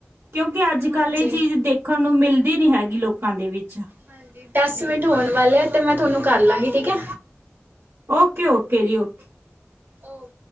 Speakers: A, on the right; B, on the right.
A: ਕਿਉਂਕਿ ਅੱਜ
B: ਹਾਂਜੀ।
A: ਕੱਲ੍ਹ ਇਹ ਚੀਜ਼ ਦੇਖਣ ਨੂੰ ਮਿਲਦੀ ਨੀ ਹੈਗੀ ਲੋਕਾਂ ਦੇ ਵਿੱਚ
B: ਹਾਂਜੀ ਦਸ ਮਿੰਟ ਹੋਣ ਵਾਲੇ ਆ ਤੇ ਮੈਂ ਤੁਹਾਨੂੰ ਕਰ ਲਵਾਂਗੀ? ਠੀਕ ਹੈ
A: ਓਕੇ ਓਕੇ ਜੀ ਓਕੇ
B: ਓ <unintelligible>